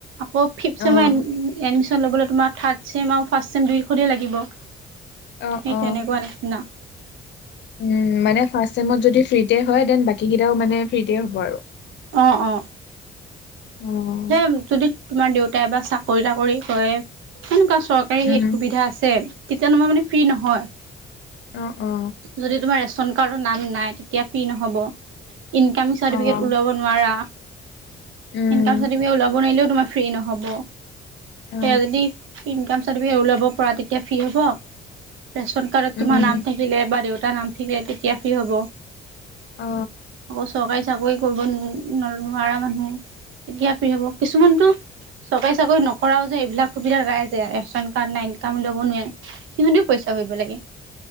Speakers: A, on the right; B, on the left.
A: আকৌ ফিপ্ত
B: অ',
A: চেমৰ এডমিচন ল'বলৈ তোমাৰ থাৰ্ড চেম ফাৰ্ষ্ট চেম দুইখনেই লাগিব সেই
B: অ', অ'।
A: তেনেকুৱা নিচিনা
B: উম মানে ফাৰ্ষ্ট চেমত যদি ফ্ৰীতে হয় দেন বাকী কেইটাও মানে ফ্ৰীতে হ'ব আৰু
A: অঁ অঁ
B: অ',
A: সেই যদি তোমাৰ দেউতাই বা চাকৰি তাকৰি কৰে সেনেকুৱা চ আৰু
B: উম।
A: সেই সুবিধা আছে তেতিয়া তোমাৰ মানে ফ্ৰী নহয়
B: অ অ
A: যদি তোমাৰ ৰেচন কাৰ্ডত নাম নাই, তেতিয়া ফ্ৰী নহব ইনকাম চাৰ্টিফিকেট
B: অ',
A: ওলাব নোৱাৰা,
B: উম,
A: ইনকাম চাৰ্টিফিকেট ওলাব নোৱাৰিলেও তোমাৰ ফ্ৰী নহব।
B: অ',
A: সেয়া যদি ইনকম চাৰটিফিকেট ওলাব পৰা তেতিয়া ফ্ৰী হ'ব। ৰেচন কাৰ্ডত
B: উম,
A: তোমাৰ নাম থাকিলে বা দেউতাৰ নাম থাকিলে তেতিয়া কি হ'ব
B: অ',
A: চৰকাৰী চাকৰি কৰিব ন নোৱাৰা মানুহ তেতিয়া ফ্ৰী হ'ব কিছুমানতো চৰকাৰী চাকৰি নকৰাও যে এইবিলাক সুবিধা পাই যে ৰেচন কাৰ্ড নাই ইনকাম ল'ব নোৱাৰে সিহঁতিও পইচা ভৰিব লাগে